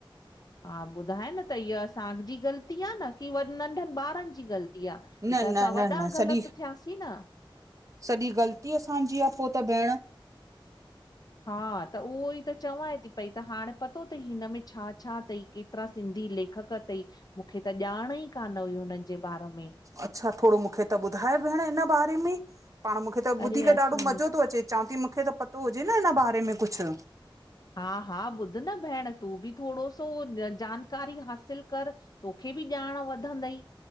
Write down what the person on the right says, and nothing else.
न
न
न न
सॼी
सॼी ग़लती असांजी आ, पो त भेण।
अच्छा थोड़ो मूंखे त ॿुधाए भेण हिन बारे में, पाण मूंखे त
ॿुधी करे
ॾाढो मज़ो थो अचे,, चवां थी, मूंखे त पतो हुजे न हिन बारे में कुझु?